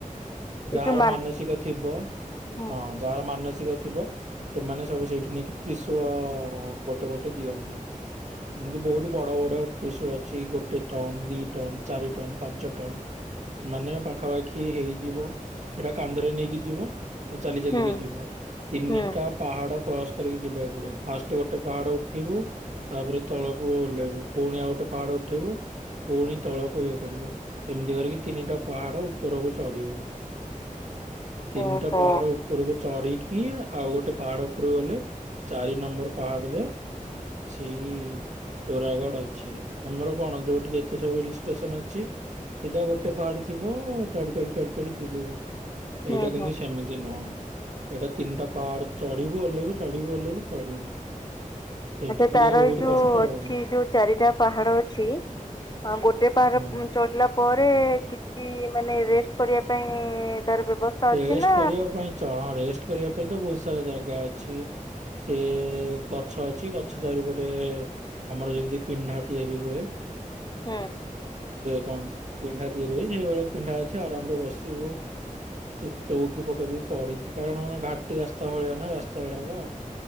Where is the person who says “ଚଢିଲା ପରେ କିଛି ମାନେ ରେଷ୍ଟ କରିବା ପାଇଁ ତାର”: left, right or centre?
Left